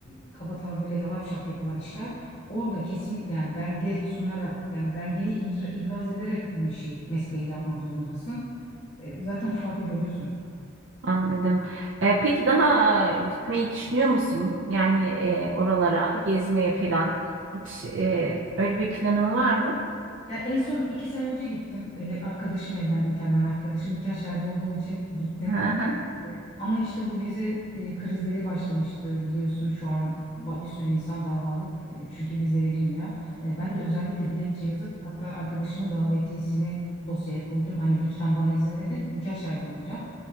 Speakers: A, on the left (about 30°); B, on the right (about 65°).
A: e, kaba tabirle yalap şap yapılan işler orada kesinlikle yani belge sunarak yani belgeni ibra- ibraz ederek bu işi mesleği yapmak zorundasın. E, zaten farkı görüyorsun.
B: anladım. E, peki daha e, gitmeyi düşünüyor musun? Yani e, oralara gezmeye falan hiç e, öyle bir planın var mı?
A: Yani en son iki sene önce gittim. Ee, arkadaşım evlendi İtalyan arkadaşım. Nikah şahidi olduğum için gittim.
B: Hı hı,
A: Ee, Ama işte bu vize e, krizleri başlamıştı biliyorsun şu an ba- bir sürü insan davalık E, çünkü vize verilmiyor. E, ben de özellikle dilekçe yazıp hatta arkadaşımın davetiyesini dosyaya koydum. Hani lütfen bana izin verin nikah şahidi olacağım.